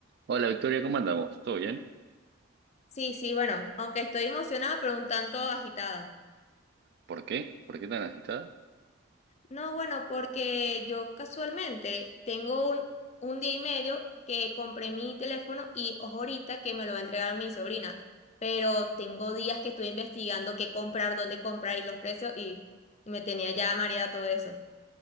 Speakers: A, on the right (about 55°); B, on the left (about 35°).
A: Hola Victoria, ¿cómo andamos? ¿Todo bien?
B: Sí, sí, bueno, aunque estoy emocionada, pero un tanto agitada.
A: ¿Por qué? ¿Por qué tan agitada?
B: No, bueno, porque yo casualmente tengo un, un día y medio que compré mi teléfono y ojo ahorita que me lo va a entregar mi sobrina, pero tengo días que estoy investigando qué comprar, dónde comprar y los precios y, y me tenía ya mareada todo eso.